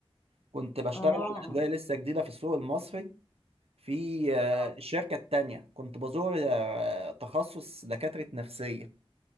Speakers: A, on the right; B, on the left.
A: كنت بشتغل
B: اه اه
A: على أداة لسه جديدة في السوق المصري في آه،
B: آه.
A: الشركة التانية كنت بزور آه، تخصص دكاترة نفسية